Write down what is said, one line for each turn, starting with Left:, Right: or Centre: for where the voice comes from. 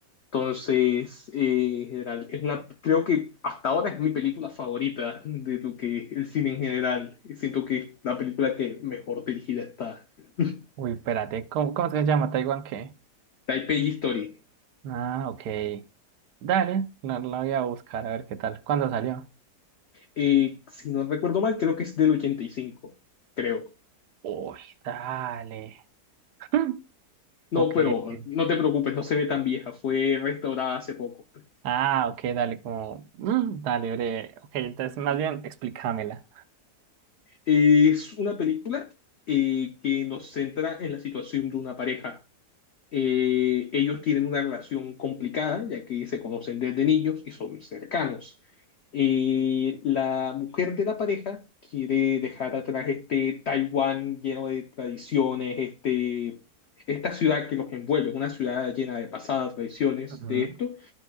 Left: Entonces, eh, en general, es una, creo que hasta ahora es mi película favorita de lo que es el cine en general. Siento que es la película que mejor dirigida está. <laughs>
Right: Uy, espérate, ¿cómo, cómo se llama? ¿Taiwán qué?
Left: Taipei Story.
Right: Ah, ok. Dale, la, la voy a buscar a ver qué tal. ¿Cuándo salió?
Left: Eh, si no recuerdo mal, creo que es del 85 creo.
Right: Uy, dale. <laughs>
Left: No,
Right: Ok,
Left: pero
Right: ok.
Left: no te preocupes, no se ve tan vieja, fue restaurada hace poco.
Right: Ah, ok, dale, como. mm, dale, breve. Ok, entonces más bien explícamela.
Left: Es una película eh, que nos centra en la situación de una pareja Eh, ellos tienen una relación complicada, ya que se conocen desde niños y son cercanos. Eh, la mujer de la pareja quiere dejar atrás este Taiwán lleno de tradiciones, este, esta ciudad que los envuelve, una ciudad llena de pasadas tradiciones
Right: Ujú.
Left: de esto,